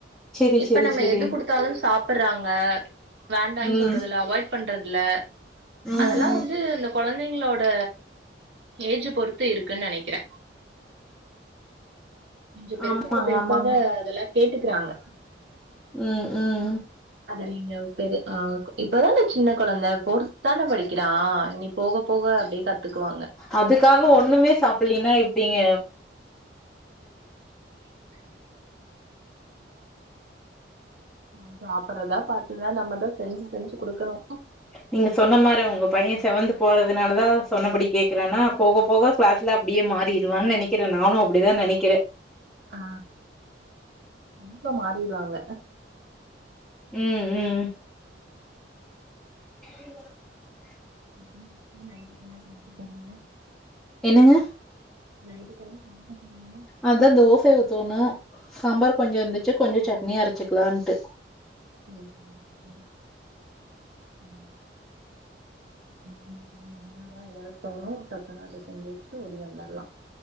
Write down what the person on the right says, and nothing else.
இப்ப
நம்ம
எது குடுத்தாலு சாப்பற்றாங்க வேண்டான்னு
சொல்றதில்ல அவாய்ட் பண்றதில்ல
அதெல்லா
வந்து அந்த கொழந்தைங்ளோட ஏஜ்ஜ பொறுத்து இருக்குன்னு நெனைக்கிறே கொஞ்சோ பெருசாக
பெருசாக
அதெல்லா கேட்டுக்றாங்க
அத நீங்க பெரிய ஆ கொ இப்பதான இந்த சின்ன கொழந்த போர்த் தானே படிக்கிறா இனி போக போக அப்டியே கத்துக்குவாங்க
<inaudible> சாப்பறதா பாத்துதா நம்மதா செஞ்சி செஞ்சி குடுக்கணோ
ஆ கண்டிப்பா மாறிடுவாங்க
அப்ரோ நைட்டுக்கு என்ன சமைக்க போறீங்க
நைட்டுக்கு என்ன சமைக்க போறீங்க
ஓகேங்க தோழி <inaudible> ம் நின்னாதா ஏதாவது தோணு டக்கு அத செஞ்சு வெச்சுட்டு ஓடி வந்தற்லா